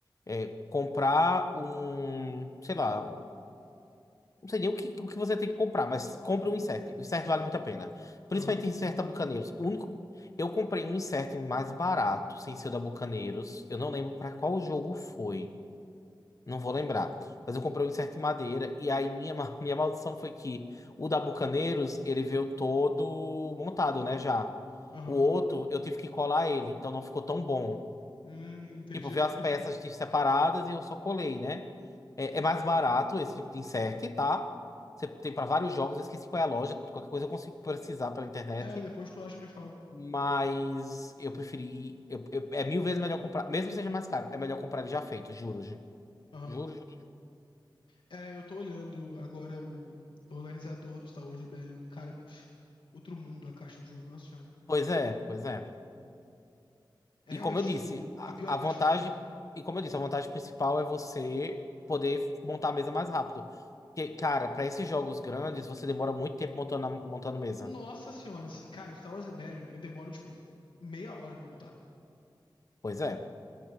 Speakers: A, on the left (about 40°); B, on the left (about 80°).
A: é, comprar um, sei lá, não sei nem o que, o que você tem que comprar, mas compre um insert. O insert vale muito a pena. Principalmente
B: Aham,
A: insert da Bucaneiros. O único, eu comprei um insert mais barato, sem ser o da Bucaneiros. Eu não lembro para qual jogo foi. Não vou lembrar. Mas eu comprei um incerto de madeira. E aí minha, ma- <laughs> minha maldição foi que o da Bucaneiros, ele veio todo montado, né, já.
B: aham.
A: O outro, eu tive que colar ele, então não ficou tão bom.
B: Hum, entendi.
A: Tipo, veio
B: <laughs>
A: as peças de- separadas e eu só colei, né? É, é mais barato esse tipo de insert, tá? Você tem para vários jogos, eu esqueci qual é a loja. Qualquer coisa eu consigo precisar pela internet.
B: É, depois tu acha e me fala.
A: Mas eu preferi. eu- eu- é mil vezes melhor comprar. Mesmo que seja mais caro, é melhor comprar ele já feito, juro, gente.
B: Aham.
A: Juro, juro. juro.
B: É, eu tô olhando agora o organizador do Star Wars Rebellion. Cara, pff, outro mundo a caixa do jogo, nossa senhora.
A: Pois é, pois é.
B: É
A: E
B: realmente,
A: como eu disse,
B: tipo,
A: a,
B: a pior
A: a
B: caixa
A: vantagem,
B: que eu já vi.
A: e como eu disse, a vantagem principal é você poder montar a mesa mais rápido. Porque, cara, para esses jogos grandes, você demora muito tempo montando, a- montando mesa.
B: Nossa senhora, assim, cara, o Star Wars Rebellion, eu demoro, tipo, meia hora pra montar.
A: Pois é.